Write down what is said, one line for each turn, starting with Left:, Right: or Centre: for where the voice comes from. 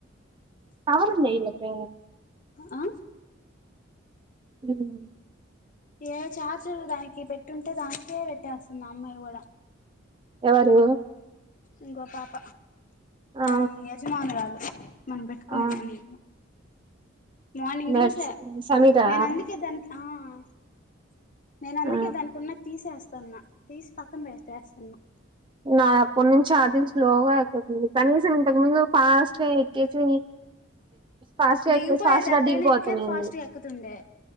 Right: కారుంద ఇల్లకి
Left: ఆ
Right: ఉమ్.
Left: ఏ చార్జ దానికి పెట్ పెట్టుంటే దానికే పెట్టేస్తుంది అమ్మాయి కూడా
Right: ఎవరు
Left: ఇంగో పాప
Right: ఆ
Left: దాన్ని యజమానురాలు మనం పెట్టుకునేదాన్ని
Right: ఆ
Left: మార్నింగ్
Right: నట్స్
Left: చూసా
Right: సమీరా
Left: నేను అందుకే దానికి ఆ <inaudible> నేను అందుకే
Right: ఆ
Left: దానికి ఉన్నది తీసేస్తా స్తున్నా తీసి పక్కన పెటేస్తున్నా
Right: నా అప్పటి నుంచి ఛార్జింగ్ స్లో గా ఎక్కుతుంది కనీసం ఇంతకు ముందు ఫాస్ట్ గా ఎక్కేసి ఫాస్ట్ గా
Left: దీగిపోయేది
Right: ఎక్కేసి ఫాస్ట్ గా
Left: ఎట్టయిన
Right: దిగిపోతున్నాంది
Left: ఎక్కది ఫాస్ట్ గా ఎక్కుతుండే